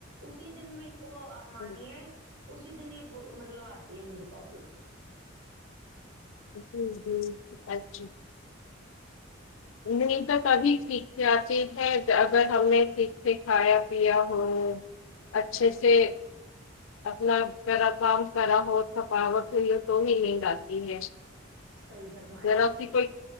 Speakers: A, on the right; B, on the left.
A: اسی دن میں کو
B: ہے۔
A: مانیے اسی دن یہ مطلو آتی ہے مجھے پرابلم
B: ج جی اچ نہیں تو تبھی سیکھ جتی ہے اگر ہم نے کے کھایا پیا ہووں اچھے
A: صحیح
B: سے
A: میں
B: اپنا پیرا کام کرا ہو تھکاوٹ یہ تو ہی نیند آتی ہے
A: صحیح فرمایا
B: ذرا
A: آپ
B: سی
A: نے
B: کوئی